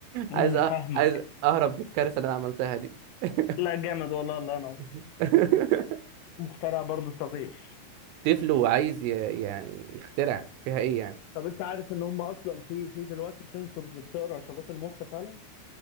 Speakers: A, on the left (about 80°); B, on the right (about 80°).
A: امم
B: عايز أ...
A: فاهمك
B: عايز اهرب من الكارثه اللي انا عملتها دي <laughs>
A: لا جامد والله الله ينور
B: <laughs>
A: مخترع برضه صغير
B: طفل وعايز ي- يعني يخترع فيها ايه يعني
A: طب انت عارف ان هم اصلا في في دلوقتي سنسورز بتقرا اشارات المخ فعلا